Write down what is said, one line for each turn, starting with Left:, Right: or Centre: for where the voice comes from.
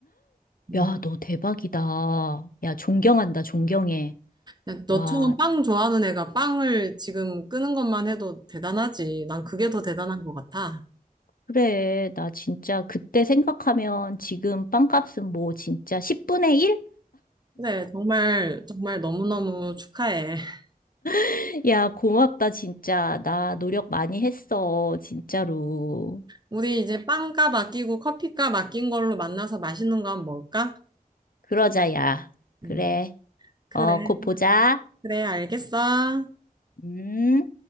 Right: 음.
Left: 야, 너 대박이다. 야, 존경한다, 존경해.
Right: 야, 너처럼
Left: 와,
Right: 빵 좋아하는 애가 빵을 지금 끄는 것만 해도 대단하지. 난 그게 더 대단한 것 같아.
Left: 그래. 나 진짜 그때 생각하면 지금 빵값은 뭐 진짜 10분의 1?
Right: 네, 정말, 정말 너무너무 축하해. <laughs>
Left: <laughs> 야, 고맙다, 진짜. 나 노력 많이 했어, 진짜로.
Right: 우리 이제 빵값 아끼고 커피값 아낀 걸로 만나서 맛있는 거 한번 먹을까?
Left: 그러자, 야. 그래.
Right: 음, 그래,
Left: 어, 곧 보자.
Right: 그래, 알겠어.
Left: 음.